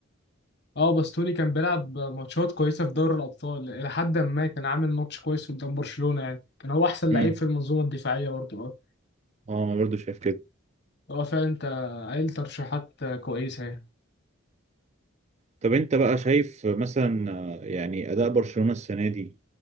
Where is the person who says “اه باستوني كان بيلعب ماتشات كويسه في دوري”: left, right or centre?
Left